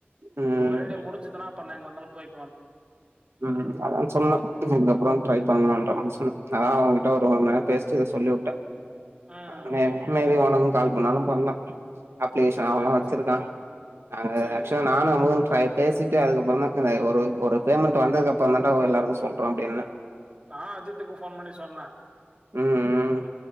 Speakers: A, on the right (about 85°); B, on the right (about 25°).
A: ம்
B: இது ஒரே அடியா முடிஞ்சதுன்னா அப்ப நா எங்க வந்தாலு போய்
A: உம் அத்தா சொன்னா இதுக்கப்புறோ ட்ரை
B: ம்.
A: பண்லான்ற மாறி சொன்னா அத்தா அவன்கிட்ட ஒரு ஒரு மண் நேரம் பேசிட்டு இத சொல்லி உட்டே
B: ம்.
A: அவே மே பி உனக்கும் கால் பண்ணாலு பண்லா அப்பிலிகேஷன் அவந்தா
B: சரி,
A: வச்சிருக்கா
B: சரி.
A: நாங்க
B: சரி.
A: ஆக்சுவலா நானும் அவனும் ட்ரை பேசிட்டு அதுக்கப்புறோ தா எங்க ஒரு பேமெண்ட் வந்தது அப்பறோ தான்டா எல்லாருக்கு சொல்றோ அப்டின்னே
B: நா அஜித்துக்கு ஃபோன் பண்ணி சொன்னே
A: உம் உம்